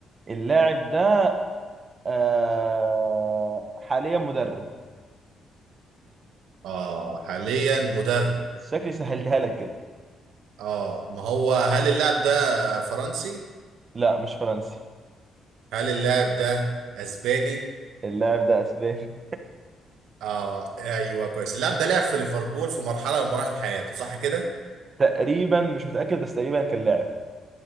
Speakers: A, on the right; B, on the right.
A: اللاعب ده آه حاليا مدرب
B: اه حاليا مدرب
A: شكلي سهلتها لك كده
B: اه ما هو هل اللاعب ده فرنسي
A: لا مش فرنسي
B: هل اللاعب ده اسباني
A: اللاعب ده اسباني
B: اه ايوه كويس اللاعب ده لعب في ليفربول في مرحلة من مراحل حياته صح كده
A: تقريبا مش متأكد بس تقريبا كان لاعب